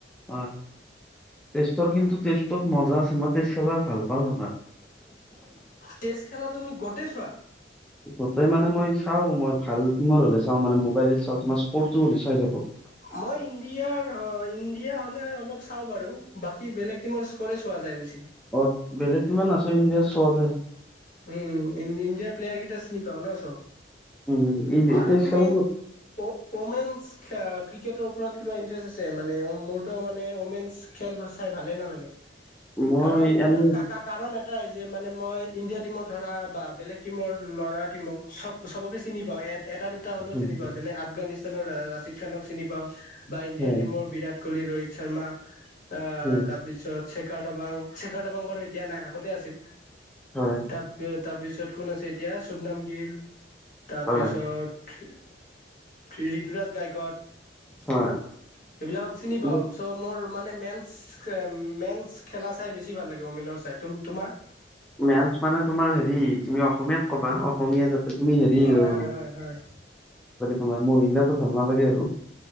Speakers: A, in the centre; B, on the left (about 50°).
A: ওম। তেষ্টৰ কিন্তু তেষ্টত মজা আছ। তুমাতে চলা ভাল পাওঁ তোমাক।
B: টেষ্ট খেলা তুমি গোটেই চোৱা।
A: গতেই মানে মই চাওঁ মই ভাল টিমৰ হ'লে চাওঁ মানে মোবাইলত চাও তোমাৰ স্কৰটো বিচাৰি থাকোঁ।
B: মই ইণ্ডিয়াৰ হয়, ইণ্ডিয়া হ'লে অলপ চা বাৰু বেলেগ টিমৰ স্কৰ চোৱা যায় বেছি।
A: অ বেলেগ তোমাৰ নাছ ই- ততে
B: উম ইণ্ডিয়াৰ প্লেয়াৰ কেইটা চিনি পাওঁ ন চ।
A: উম,
B: আৰু
A: টেষ্ট
B: তুমি
A: খেলা
B: ঔ ঔমেনছ খা ক্ৰিকেটৰ ওপৰত কিবা ইণ্টাৰেষ্ট আছে মানে মোৰতো মানে ঔমেনছ খেল চাই ভালেই নালাগে।
A: মই
B: কাৰণ
A: এনে
B: কা কা কাৰণ এট- টাই যে মানে মই। ইণ্ডিয়া টিমৰ ধৰা বা বেলেগ টিমৰ ল'ৰা টিমক চব চবকে চিনি পাওঁ এ এটা দুটা হলেও
A: হয়
B: চিনি পাওঁ যেনে আফগানিস্তানৰ ৰাছিদ খানক। চিনি পাওঁ। বা ইণ্ডিয়াৰ
A: হয়
B: টিমৰ বিৰাট। কহলি, ৰোহিত শৰ্মা। অ
A: হয়
B: তাৰপিছত চেখাৰ দাবাং চেখাৰ দাবাং বাৰু এতিয়া নাই আগতে আছিল।
A: হয়।
B: তা পিয়দ তাৰপিছত কোন আছে এতিয়া শুবনাম গিল। তাৰপিছত
A: হয়।
B: ঠি ঋ ঋতুৰাজ গায়কত সেইবিলাকক
A: হয়
B: চিনি পাও
A: মোৰ
B: চ' মোৰ মানে মেন্স মেন্স খেলা চাই বেছি ভাল লাগে। ঔমেনৰ চাই তুম তোমাৰ?
A: মেনছ মানে তোমাৰ হেৰি তুমি অসমীয়াত কবা অসমীয়া যাত তুমি হেৰি
B: হয়
A: অ
B: হয় হয় হয়
A: তোমাৰ মহিলাটো ভাল নালাগে আৰু।